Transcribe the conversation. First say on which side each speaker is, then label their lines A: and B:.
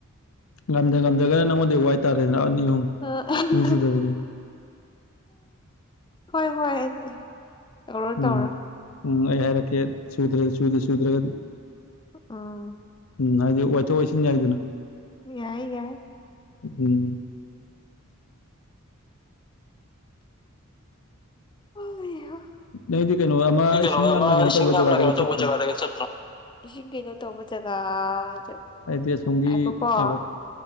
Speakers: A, on the left; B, on the left.
A: ꯉꯝꯗ ꯉꯝꯗ꯭ꯔꯒꯅ ꯅꯪꯉꯣꯟꯗꯩ ꯋꯥꯏ ꯇꯥꯔꯦꯗꯅ ꯑꯅꯤ ꯑꯍꯨꯝ
B: ꯑ
A: ꯃꯤ ꯁꯨꯗꯕꯒꯤ
B: ꯍꯣꯏ ꯍꯣꯏ ꯇꯧꯔꯣ
A: ꯎꯝ
B: ꯇꯧꯔꯣ
A: ꯎꯝ ꯑꯩ ꯍꯥꯏꯔꯛꯀꯦ ꯁꯨꯗ꯭ꯔ ꯁꯨꯗ ꯁꯨꯗ꯭ꯔꯒꯗꯤ
B: ꯎꯝ
A: ꯎꯝ ꯍꯥꯏꯗꯤ ꯋꯥꯏꯊꯣꯛ ꯋꯥꯏꯁꯤꯟ ꯌꯥꯏꯗꯅ
B: ꯌꯥꯏ ꯌꯥꯏ
A: ꯎꯝ
B: ꯑꯩꯍꯥ
A: ꯅꯣꯏꯗꯤ ꯀꯩꯅꯣ ꯑꯃ
B: ꯁꯤ ꯀꯩꯅꯣ
A: ꯏꯁꯤꯡ ꯌꯥꯝꯅ
B: ꯑꯃ
A: ꯀꯩꯅꯣ
B: ꯏꯁꯤꯡ
A: ꯇꯧꯕ
B: ꯌꯥꯝꯅ
A: ꯖꯒꯥꯗꯒ
B: ꯀꯩꯅꯣ
A: ꯆꯠꯇ꯭ꯔꯣ
B: ꯇꯧꯕ ꯖꯒꯥꯗꯒ ꯆꯠꯇ꯭ꯔꯣ ꯏꯁꯤꯡ ꯀꯩꯅꯣ ꯇꯧꯕ ꯖꯒꯥ ꯉꯥꯏꯈꫭꯀꫭ
A: ꯍꯥꯏꯗꯤ ꯑꯁꯣꯝꯒꯤ ꯀꯩꯕ